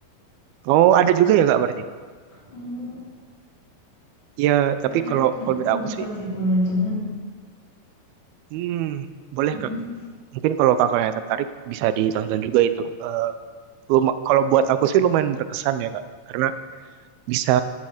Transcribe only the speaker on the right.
Oh, ada juga ya kak berarti?
Ya, tapi
kalau kalau
dari
aku
sih,
hmm, boleh
kak. Mungkin kalau kakaknya tertarik bisa ditonton juga itu. Eh, luma- kalau buat aku sih lumayan berkesan ya kak, karena bisa